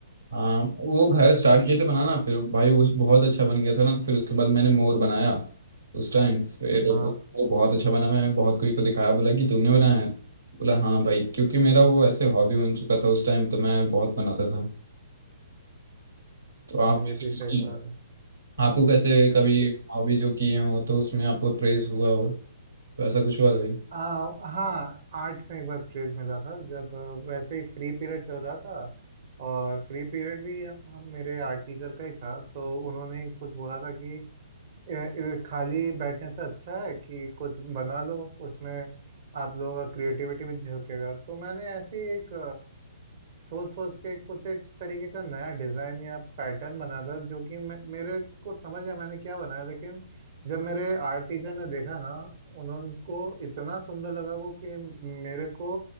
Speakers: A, on the right (about 70°); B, on the right (about 45°).
A: हाँ वो घर स्टार्ट किए थे बनाना फिर भाई उस बहुत अच्छा बन गया था ना तो फिर उसके बाद मैंने मोर बनाया उस टाइम फिर
B: हाँ
A: वो वो बहुत अच्छा बना मैंने बहुत कोई को दिखाया बोला कि तुमने बनाया है बोला हाँ भाई क्योंकि मेरा वो ऐसे हॉबी बन चुका था उस टाइम तो मैं बहुत बनाता था तो आप कैसे
B: ये भी
A: कुछ
B: सही
A: किए
B: बात
A: आपको कैसे कभी
B: है
A: हॉबी जो किए हो तो उसमें आपको प्रेज हुआ हो तो ऐसा कुछ हुआ कभी
B: आ, हाँ आर्ट में एक बार प्रेज मिला था जब अ, वैसे ही फ्री पीरियड चल रहा था और फ्री पीरियड भी हम मेरे आर्ट टीचर का ही था तो उन्होंने कुछ बोला था कि "अ, अ, खाली बैठने से अच्छा है कि कुछ बना लो उसमें आप लोगों का क्रिएटिविटी भी झलकेगा तो मैंने ऐसे ही एक सोच सोच के कुछ एक तरीके का नया डिजाइन या पैटर्न बना था जो कि मे, मेरे को समझ गया मैंने क्या बनाया लेकिन जब मेरे आर्ट टीचर ने देखा ना उन्होंने को इतना सुंदर लगा वो कि मेरे को